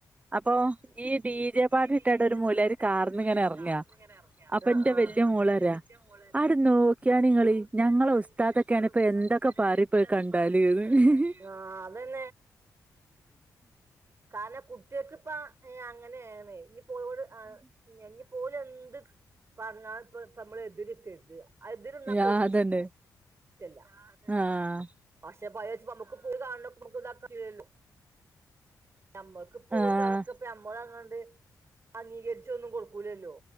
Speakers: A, on the right; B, on the right.
A: അപ്പോ ഈ ഡി ജെ പാട്ട്
B: ഈ ഡി
A: ഇട്ടാണ്ട്
B: ജെ
A: ഒരു മൂലര്
B: പാർട്ടി ഇട്ടതിന്റെ
A: കാറിന്ന്
B: ഒരു മോലിയർ
A: ഇങ്ങനെ എറങ്ങാ
B: കാറിൽനിന്ന് ഇങ്ങനെ ഇറങ്ങയ
A: അപ്പൊ എന്റെ വല്യ
B: അപ്പോ
A: മോള്
B: എന്റെ
A: പറയാ
B: വലിയ മോള് പറയവാ
A: ആടെ നോക്കിയാണിങ്ങള്
B: അത് നോക്കിയേ
A: ഞങ്ങളെ
B: നിങ്ങള്
A: ഉസ്താദൊക്കെയാണ്
B: ഞങ്ങളെ
A: ഇപ്പൊ
B: ഉസ്താദ്
A: എന്തൊക്കെ
B: ഒക്കെയാണേ ഇപ്പോ
A: പാറി
B: എന്തൊക്കെ
A: പോയി കണ്ടാല്ന്ന്
B: പറയും ഇപ്പോ ഇത് കണ്ടാല് അതന്നെ അതെ കാരണം കുട്ടികൾക്ക് ഇപ്പോ അങ്ങനെയാണേ പോന്നുള്ളവര് ആ ഇനി ഇപ്പൊ എന്ത് പറഞ്ഞാ ഇപ്പോ നമ്മള് എതിര് നിക്കരുത് എതിര് നിന്നാൽ
A: യാ
B: ഓല്ക്ക്
A: അതന്നെ
B: ഇഷ്ട്ടല്ല ആ അതന്നെ
A: ആഹ്
B: അതെരിച്ചു നമുക്ക് ഓല് കാണണക്ക നമുക്ക് ഇതാക്കാൻ പറ്റുല്ലല്ലോ നമ്മൾക്ക് പോ
A: ആഹ്
B: ഓല് പറയുന്നതൊക്കെ നമ്മളെയും കൊണ്ട് അംഗീകരിച്ചൊന്നും കൊടുക്കൂലല്ലോ